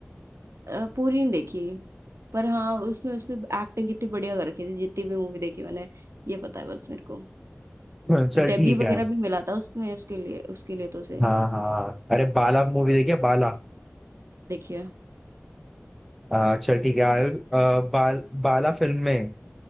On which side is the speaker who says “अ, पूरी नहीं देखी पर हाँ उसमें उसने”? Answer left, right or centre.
Right